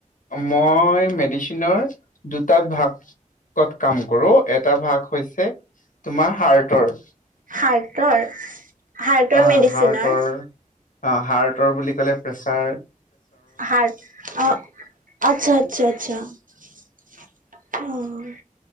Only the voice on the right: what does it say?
হাৰ্টৰ? হাৰ্টৰ
মেডিচিনৰ
হাৰ্ট, অ', আচ্ছা', - আচ্ছা', - আচ্ছা', উম',